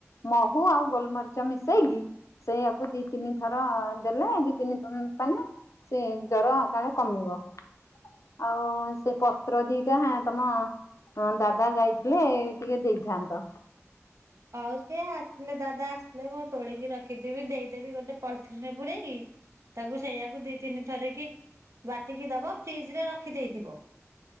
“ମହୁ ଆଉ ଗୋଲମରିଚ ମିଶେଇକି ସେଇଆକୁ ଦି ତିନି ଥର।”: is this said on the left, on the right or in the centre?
Left